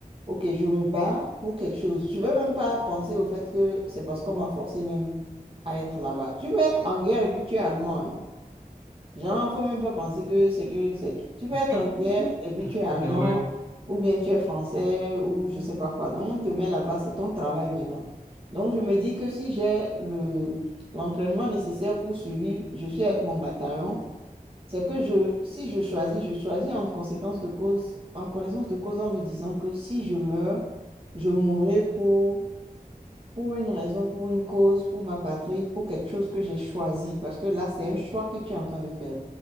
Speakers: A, on the right (about 35°); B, on the right (about 20°).
A: OK, je me bats pour quelque chose. Je ne vais même pas penser au fait que c'est parce qu'on m'a forcé même à être là-bas. Tu peux être en guerre et puis tu es allemand. hein. Genre, il ne faut même pas penser que c'est que c'est... Tu
B: <laughs>
A: peux être en guerre et puis tu es allemand
B: C'est vrai.
A: ou bien tu es français ou je ne sais pas quoi. Donc, on te met là-bas, c'est ton travail maintenant. Donc, je me dis que si j'ai le, l'entraînement nécessaire pour suivre, je suis avec mon bataillon. C'est que je, si je choisis, je choisis en conséquence de cause, en connaissance de cause en me disant que si je meurs, je mourrai pour, pour une raison, pour une cause, pour ma patrie, pour quelque chose que j'ai choisi. Parce que là, c'est un choix que tu es en train de faire.